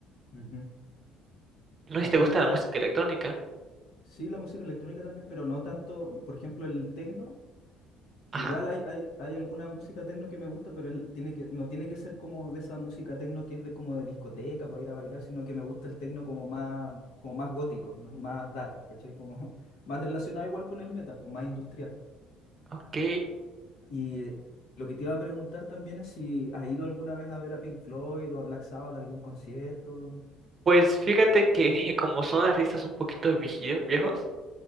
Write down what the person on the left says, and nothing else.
ujú.
Oye,
ya,
sí, la música electrónica también, pero no tanto, por ejemplo, el techno
Igual hay, hay, hay alguna música techno que me gusta, pero él tiene que, no tiene que ser como de esa música techno que es de como de discoteca para ir a bailar, sino que me gusta el techno como más, como más gótico, no- más dark, ¿cachai? Como <laughs> más relacionado igual con el metal, pues más industrial.
Y eh, lo que te iba a preguntar también es si has ido alguna vez a ver a Pink Floyd o a Black Sabbath a algún concierto.